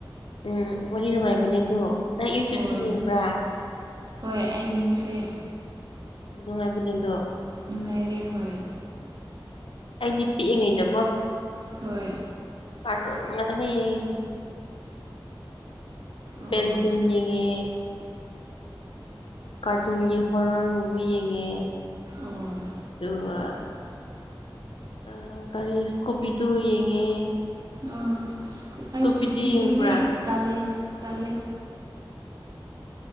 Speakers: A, on the left; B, on the right.
A: ꯎꯝ ꯋꯥꯔꯤ ꯅꯨꯡꯉꯥꯏꯕꯅꯦ ꯑꯗꯨ ꯅꯪ ꯌꯨꯇ꯭ꯨꯕꯇ
B: ꯍꯣꯏ
A: ꯌꯦꯡꯕ꯭ꯔꯥ
B: ꯍꯣꯏ ꯑꯩ ꯌꯦꯡꯈ꯭ꯔꯦ
A: ꯅꯅ ꯃꯥꯏꯕꯅꯤꯗꯣ
B: ꯅꯨꯡꯉꯥꯏꯔꯦ ꯍꯣꯏ
A: ꯎꯝ ꯑꯩꯗꯤ ꯄꯤꯛꯏꯉꯩꯗꯀꯣ
B: ꯍꯣꯏ
A: ꯀꯥꯇꯨꯟ ꯉ ꯊ ꯅ ꯍꯥꯏꯒꯤꯁꯤꯦ
B: ꯑꯣ
A: ꯄꯦꯟ ꯇꯖꯦꯉꯦ ꯀꯥꯔꯇꯨꯟꯒꯤ ꯍꯣꯔ ꯍꯣꯔ ꯃꯨꯚꯤ ꯌꯦꯡꯉꯛꯦ
B: ꯑꯣ
A: ꯑꯗꯨꯒ ꯑ ꯀꯒꯥꯔꯤ ꯀꯣꯕꯤꯗꯨ ꯌꯦꯡꯉꯦ
B: ꯑꯣ
A: ꯏꯁꯀꯨꯕꯤꯗꯨ
B: ꯑꯩ ꯏꯁꯀꯨꯄꯤꯗꯨꯗꯤ
A: ꯌꯦꯡꯕ꯭ꯔꯥ
B: ꯇꯂꯦ ꯇꯂꯦ